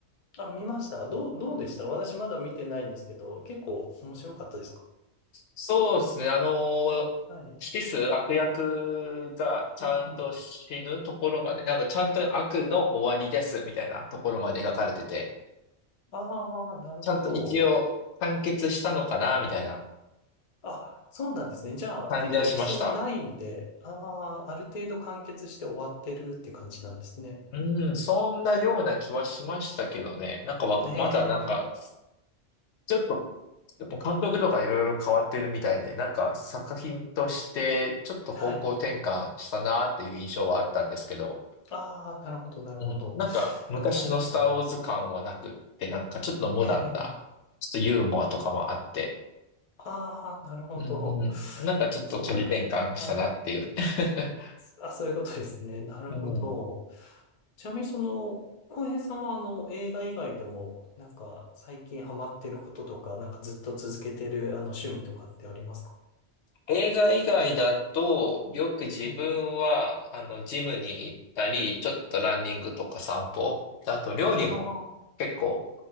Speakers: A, on the left; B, on the left.
A: あ、見ました。どう、どうでした私まだ見てないんですけど、結構面白かったですか
B: そうですね。あの、
A: はい。
B: シス、悪役がちゃんと死ぬところまで、
A: うんうん。
B: なんかちゃんと悪の終わりですみたいなところまで描かれてて、
A: ああ、なるほど。
B: ちゃんと一応完結したのかなみたいな
A: あ、そうなんですね。じゃあ、
B: 感じはしました。
A: 結構エピソードないんで、ああ、ある程度完結して終わってるって感じなんですね。
B: うん、そんなような気はしましたけどね。なんかわまだなんか、
A: ええ、
B: ちょっと、やっぱ監督とかいろいろ変わってるみたいで、なんか作品としてちょっと方向転換したなーっていう印象はあったんですけど、
A: はい。ああ、なるほど、なるほど。
B: うん、なんか昔のスターウォーズ感はなくって、
A: 確かに。
B: なんかちょっとモダンな、
A: ええ
B: ちょっとユーモアとかもあって、
A: ああ、なるほど。
B: うんうん、なんかちょっと仮転換したなっていう。
A: そう、なんか、はい。
B: <laughs>
A: あ、そういうことですね。なるほど。
B: うん
A: ちなみに、その、浩平さんは、あの、映画以外でも、なんか、最近ハマってることとか、なんかずっと続けてる、あの、趣味とかってありますか
B: 映画以外だと、よく自分は、
A: はい。
B: あの、ジムに行ったり、ちょっとランニングとか散歩。あと、料理も結構
A: ああ、